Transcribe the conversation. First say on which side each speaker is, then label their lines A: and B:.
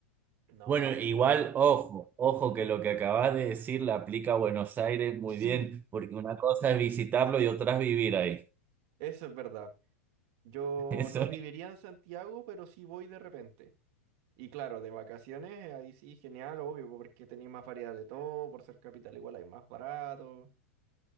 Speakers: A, on the right; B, on the right.
A: No.
B: Bueno, igual, ojo, ojo que lo que acabas de decir le aplica a Buenos Aires muy
A: Sí,
B: bien, porque una cosa es visitarlo y otra es vivir ahí.
A: eso es verdad. Yo
B: <laughs> Eso,
A: no viviría en Santiago, pero sí voy de repente. Y claro, de vacaciones, eh, ahí sí, genial, obvio, porque tenéis más variedad de todo, por ser capital igual hay más barato.